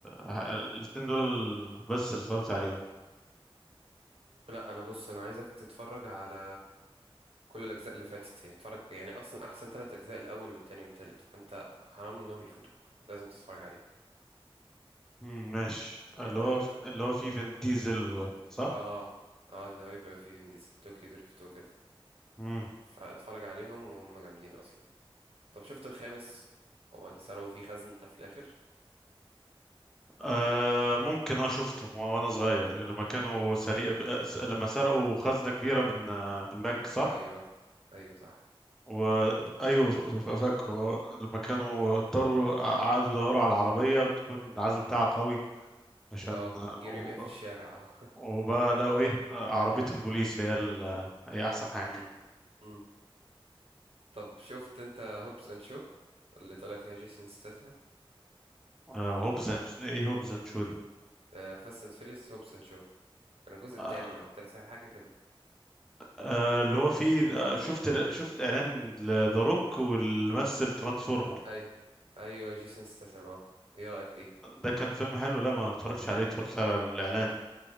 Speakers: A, in the centre; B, on the right (about 80°).
A: آه، الاتنين دول بس اللي اتفرجت عليهم
B: لا انا بص انا عايزك تتفرج على كل الأجزاء اللي فاتت اتفرج يعني أصلا أحسن تلات أجزاء الأول والتاني والتالت فأنت حرام إنهم يفوتوك لازم تتفرج عليهم
A: مم، ماشي
B: ايه
A: اللي
B: رأيك
A: هو اللي هو فيه فين ديزل و... صح؟
B: اه اه اللي هو يبقى فيه فين ديزل طوكيو دريفت وكده
A: مم.
B: فاتفرج عليهم وهم جامدين اصلا طب شفت الخامس هو اللي سرقوا فيه خزنة في الاخر
A: آه ممكن اه شفته و- وانا صغير لما كانوا سرق ب- س- لما سرقوا خزنة كبيرة من آه، من بنك صح؟
B: ايوه ايوه صح
A: وايوه ف- أيوه، ف- فاكره آه، لما كانوا اضطروا ع- قعدوا يدوروا على عربية بتكون العزم بتاعها قوي عشان
B: اه
A: آه،
B: وجريوا
A: و...
B: بيها في الشارع اه <laughs>
A: وبقى لقوا ايه آه، عربية البوليس هي ال... هي احسن حاجة
B: امم امم طب شفت انت هوبس اند شو اللي طالع فيها جيسون ستاثام
A: آه هوبز اند- ايه هوبز اند شو دي
B: آه فاست اند فيريوس هوبس اند شو كان الجزء الثامن
A: آه،
B: او التاسع حاجه كده
A: آه، اللي هو فيه آه، شفت شفت الاعلان لذا روك واللي مثل ترانسفورمر
B: ايوه ايوه جيسون ستاثام اه ايه رايك فيه
A: ده كان فيلم حلو لا ما اتفرجتش عليه اتفرجت على الاعلان